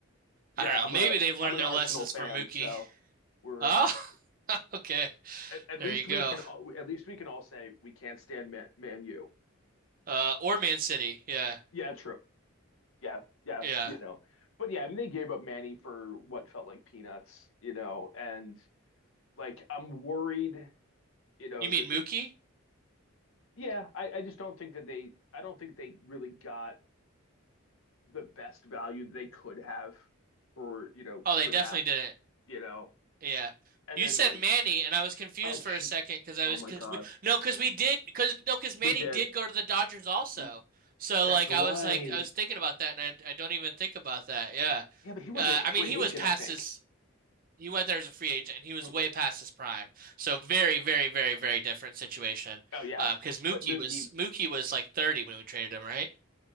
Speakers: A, on the left; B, on the right.
A: Yeah,
B: I don't know.
A: I'm
B: Maybe
A: a
B: they've learned
A: I'm an
B: their
A: Arsenal
B: lessons
A: fan,
B: from Mookie.
A: so we're
B: Oh,
A: uh
B: <laughs> okay.
A: at, at
B: There
A: least
B: you go.
A: we can all, at least we can all say we can't stand Man, Man U.
B: Uh, or Man City. Yeah,
A: Yeah, true. Yeah, yeah,
B: yeah.
A: you know. But yeah, I mean they gave up Manny for what felt like peanuts, you know, and like I'm worried, you know,
B: You mean
A: that the
B: Mookie?
A: yeah, I, I just don't think that they I don't think they really got the best value that they could have for, you know,
B: Oh, they
A: for
B: definitely
A: that,
B: didn't.
A: you know.
B: Yeah.
A: And
B: You
A: then
B: said
A: like
B: Manny, and I was confused
A: oh
B: for
A: gee,
B: a second because I
A: oh
B: was
A: my
B: because
A: God.
B: we no because we did because no because Manny
A: We did.
B: did go to the Dodgers also.
A: He
B: So
A: That's
B: like
A: right.
B: I was like I was thinking about that, and I I don't even think about that. Yeah.
A: Yeah, but he went
B: Uh,
A: there as a
B: I
A: free
B: mean he
A: agent,
B: was past
A: I think.
B: his he went there as a free agent, and he was
A: Mhm.
B: way past his prime. So very very very very different situation.
A: Oh yeah,
B: Um, because Mookie
A: but Mookie,
B: was Mookie was like 30 when we traded him, right?